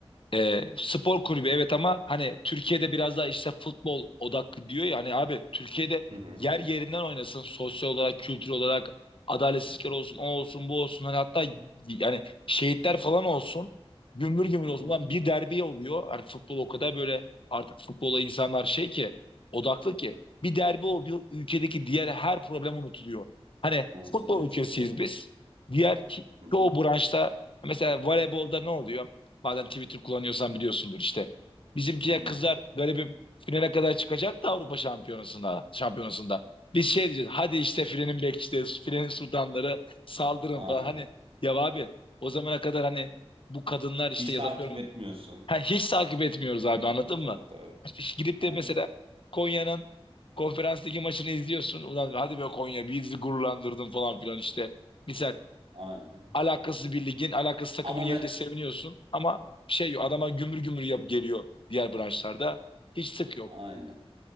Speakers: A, on the left; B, on the right.
A: E, spor kulübü evet ama hani Türkiye'de biraz daha işte futbol odaklı diyor ya hani abi Türkiye'de
B: Hı hı,
A: yer yerinden oynasın sosyal olarak kültür olarak adaletsizlikler olsun o olsun bu olsun hani hatta yani şehitler falan olsun gümbür gümbür
B: hı hı.
A: olsun Ulan bir derbi oluyor hani futbol o kadar böyle artık futbola insanlar şey ki odaklı ki bir derbi oluyor ülkedeki diğer her problem unutuluyor hani
B: Unutuluyor
A: futbol ülkesiyiz
B: çok doğru.
A: biz diğer ki-
B: Hı hı.
A: çoğu branşta mesela voleybolda ne oluyor Bazen Twitter kullanıyorsan biliyorsundur işte. Bizimkiler
B: Hı hı.
A: kızlar galibim finale kadar çıkacak da Avrupa Şampiyonası'nda. Şampiyonası'nda. Biz şey diyeceğiz. Hadi işte filenin bek işte filenin sultanları saldırın
B: Aynen.
A: falan. Hani ya abi o zamana kadar hani bu kadınlar işte
B: Hiç
A: ya
B: takip
A: da diyorum,
B: etmiyorsun.
A: ha, hiç takip etmiyoruz abi
B: Ya.
A: anladın
B: Çok
A: mı?
B: doğru.
A: Hiç Gidip
B: Aynen.
A: de mesela Konya'nın konferans ligi maçını izliyorsun. Ulan hadi be Konya bizi gururlandırdın falan filan işte. Misal
B: Aynen.
A: alakasız bir ligin, alakasız takımını
B: Ama
A: yenince
B: me-
A: seviniyorsun ama şey yok, adama gümür gümür yap geliyor diğer branşlarda. Hiç sık yok.
B: aynen.